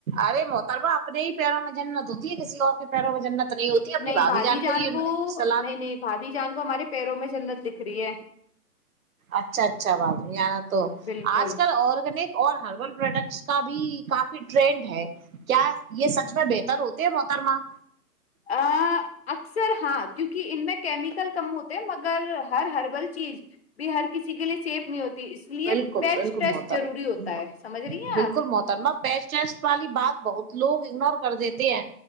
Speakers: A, on the right; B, on the left.
A: ارے موتر میں اپپنے ہی پیروں میں جنت ہوتی ہے کسی اور کے پیروں میں جنت نہیں ہوتی اپنی
B: نہیں بھابھی جان
A: یہ
B: کو
A: صلاح
B: نہیں
A: دیں
B: نہیں بھاابھی جان کو ہمارے پیروں میں جنت دکھ کریہ
A: اچھا اچھا بات تو
B: بالکل
A: آج کل آرگینک اور ہربل پروڈکٹس کا بھی کافی ٹرینڈ ہے کیا یہ س اس میں بہتر ہوتے ہے محترماں
B: ا اکثر ہاں کیونکہ ان میں کیمیکل کم ہوتے مگر ہر ہربل چیز بھی ہر کسی کے لیے سیف نہیں ہوتی اس لیے
A: بالکل
B: پیچ
A: بالکل
B: ٹیسٹ
A: محترمہ
B: ضروری ہوتا ہے سمجھ رہی ہیں
A: بالکل
B: آپ
A: محترمہ پیچ ٹیسٹ والی بات بہت لوگ اگنور کر دیتے ہیں